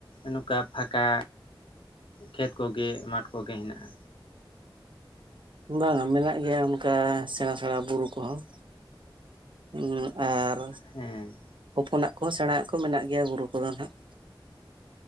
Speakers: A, on the left; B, on the right.
A: ᱱᱚᱝᱠᱟ ᱯᱷᱟᱠᱟ ᱠᱷᱮᱛ ᱠᱚ? ᱜᱮ ᱢᱟᱴ ᱠᱚᱜᱮ ᱦᱮᱱᱟᱜᱼᱟ?
B: ᱵᱟᱝᱟ ᱢᱮᱱᱟᱜ ᱜᱮᱭᱟ ᱚᱱᱠᱟ ᱥᱮᱬᱟ ᱥᱮᱬᱟ ᱵᱩᱨᱩ ᱠᱚᱦᱚᱸ᱾ ᱩᱸᱻᱟᱨ
A: ᱦᱮᱸᱻ᱾
B: ᱦᱚᱯᱚᱱᱟᱜ ᱠᱚᱦᱚᱸ ᱥᱮᱬᱟᱟᱜ ᱠᱚ ᱢᱮᱱᱟᱜ ᱜᱮᱭᱟ ᱵᱩᱨᱩ ᱠᱚᱫᱚ ᱱᱟᱦᱟᱜ᱾